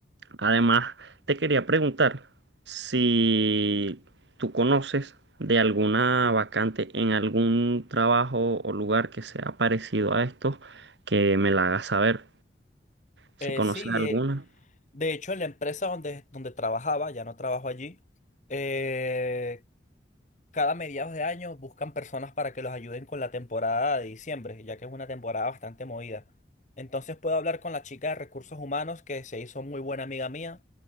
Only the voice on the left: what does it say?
Eh,
sí, de,
de hecho en la empresa donde, donde trabajaba, ya no trabajo allí, eh, cada mediados de año buscan personas para que los ayuden con la temporada de diciembre, ya que es una temporada bastante movida. Entonces puedo hablar con la chica de recursos humanos que se hizo muy buena amiga mía.